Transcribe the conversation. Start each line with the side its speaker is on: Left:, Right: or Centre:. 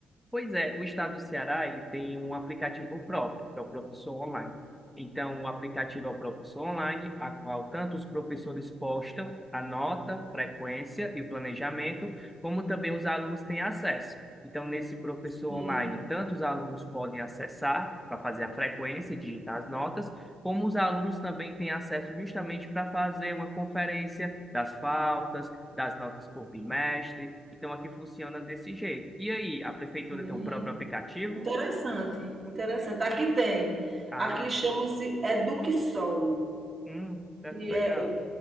Centre: Pois é, o estado do Ceará, ele tem um aplicativo próprio, que é o Professor Online. Então, o aplicativo é o Professor Online, a qual tanto os professores postam a nota, frequência e o planejamento, como também os alunos têm acesso. Então, nesse Professor
Right: Sim,
Centre: Online, tanto os alunos podem acessar para fazer a frequência e digitar as notas, como os alunos também têm acesso justamente para fazer uma conferência das faltas, das notas por bimestre, então aqui funciona desse jeito. E aí, a prefeitura
Right: sim.
Centre: tem um próprio aplicativo?
Right: Interessante, interessante. Aqui tem,
Centre: Ah,
Right: aqui chama-se Eduquesol,
Centre: hum, certo,
Right: que
Centre: legal.
Right: é é